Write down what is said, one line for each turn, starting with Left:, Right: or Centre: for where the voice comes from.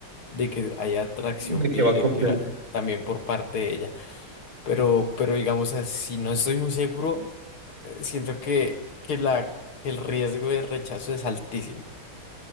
Left: de que haya atracción
Right: de
Left: bidireccional,
Right: qué va a copiar.
Left: también por parte de ella. Pero, pero digamos, así no estoy muy seguro, eh, siento que, que, la, que el riesgo de rechazo es altísimo.